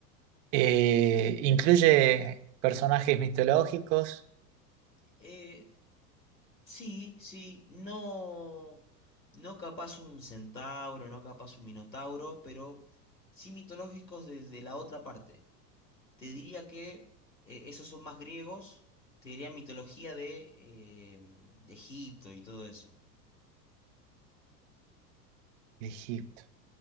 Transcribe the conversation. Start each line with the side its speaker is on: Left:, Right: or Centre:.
Right: Eh, incluye personajes mitológicos
Left: Eh, Sí, sí, no, no capaz un centauro, no capaz un minotauro, pero sí mitológicos desde la otra parte. Te diría que eh, esos son más griegos, te diría mitología de, eh, de Egipto y todo eso.
Right: de Egipto.